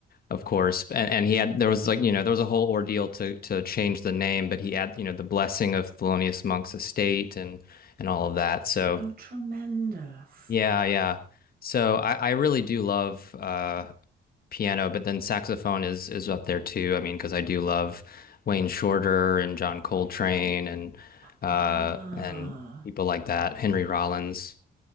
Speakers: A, on the left; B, on the right.
A: of course. And, and he had there was like you know there was a whole ordeal to to change the name, but he had you know the blessing of Thelonious Monk's estate and and all of that. So
B: Oh, tremendous.
A: yeah, yeah. So I, I really do love uh, piano, but then saxophone is is up there too. I mean, because I do love Wayne Shorter and John Coltrane and uh
B: Ah.
A: and people like that, Henry Rollins.